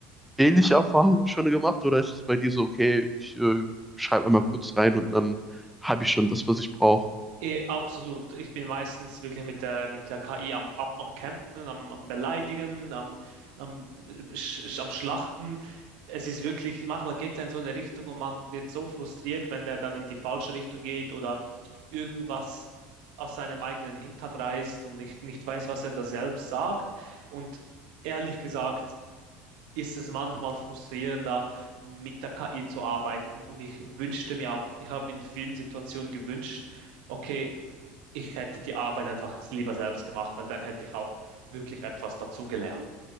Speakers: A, in the centre; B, on the right.
A: ähnliche Erfahrungen schon gemacht oder ist es bei dir so, okay, ich äh, schreibe einmal kurz rein und dann habe ich schon das, was ich brauche?
B: Eh, absolut. Ich bin meistens wirklich mit der, mit der KI am, ab, am Kämpfen, am, am Beleidigen, am, am, sch, sch- am Schlachten. Es ist wirklich, manchmal geht er in so eine Richtung und man wird so frustriert, wenn er dann in die falsche Richtung geht oder irgendwas aus seinem eigenen Hintern reißt und nicht, nicht weiß, was er da selbst sagt. Und ehrlich gesagt, ist es manchmal frustrierender, mit der KI zu arbeiten. Und ich wünschte mir auch, ich habe mir in vielen Situationen gewünscht, okay, ich hätte die Arbeit einfach lieber selbst gemacht, weil dann hätte ich auch wirklich etwas dazugelernt.